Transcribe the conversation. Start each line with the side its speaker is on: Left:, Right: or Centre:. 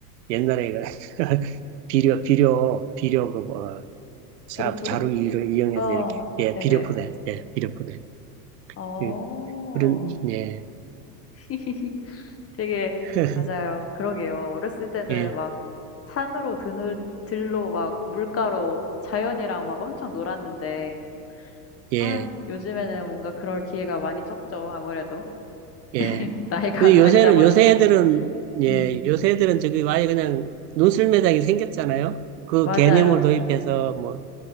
Right: 옛날에 그 <laughs> 비료 비료 비료 그뭐 자,
Left: 비료 포대?
Right: 자루를 이용해서
Left: 어,
Right: 이렇게 예
Left: 네네.
Right: 비료 포대 예 비료 포대
Left: 어,
Right: 예, 그런 예.
Left: <laughs> 되게
Right: <laughs>
Left: 맞아요. 그러게요. 어렸을 때는
Right: 예,
Left: 막 산으로 드늘 들로 막 물가로 자연이랑 막 엄청 놀았는데
Right: 예,
Left: 아, 요즘에는 뭔가 그럴 기회가 많이 적죠. 아무래도
Right: 예.
Left: <laughs> 나이가
Right: 근데
Left: 나이다
Right: 요새는,
Left: 보니까.
Right: 요새 애들은, 예,
Left: 음,
Right: 요새 애들은 저기 아예 그냥 논술 매장이 생겼잖아요. 그
Left: 맞아요.
Right: 개념을 도입해서 뭐